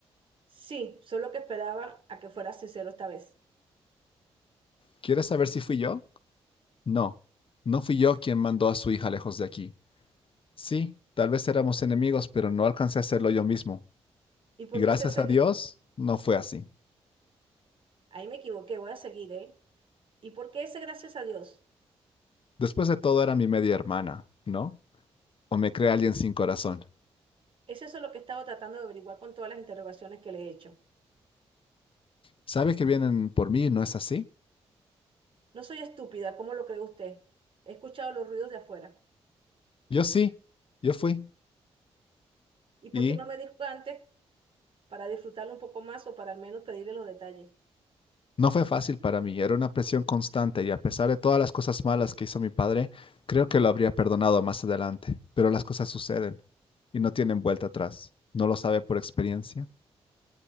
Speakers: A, on the right; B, on the left.
A: Sí, solo que esperaba a que fuera sincero esta vez.
B: ¿Quieres saber si fui yo? No, no fui yo quien mandó a su hija lejos de aquí. Sí, tal vez éramos enemigos, pero no alcancé a hacerlo yo mismo.
A: ¿Y por
B: Y gracias
A: qué es ese?
B: a Dios, no fue así.
A: Ahí me equivoqué, voy a seguir, ¿eh? ¿Y por qué ese gracias a Dios?
B: Después de todo era mi media hermana, ¿no? O me cree alguien sin corazón.
A: Es eso lo que he estado tratando de averiguar con todas las interrogaciones que le he hecho.
B: ¿Sabe que vienen por mí no es así?
A: No soy estúpida, ¿cómo lo cree usted? He escuchado los ruidos de afuera.
B: Yo sí, yo fui.
A: ¿Y por
B: Y
A: qué no me dijo antes para disfrutarlo un poco más o para al menos pedirle los detalles?
B: No fue fácil para mí, era una presión constante y a pesar de todas las cosas malas que hizo mi padre, creo que lo habría perdonado más adelante, pero las cosas suceden y no tienen vuelta atrás. ¿No lo sabe por experiencia?